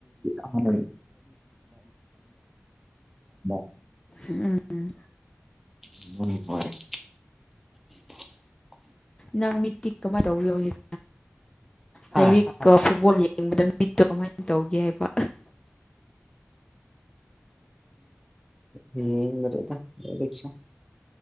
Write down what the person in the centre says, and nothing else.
ꯊꯃ <inaudible>
ꯎ ꯍꯣꯏ
ꯑ
ꯌꯦꯡꯗꯔ꯭ꯦꯗꯥ ꯂꯥꯏꯔꯤꯛꯁꯨ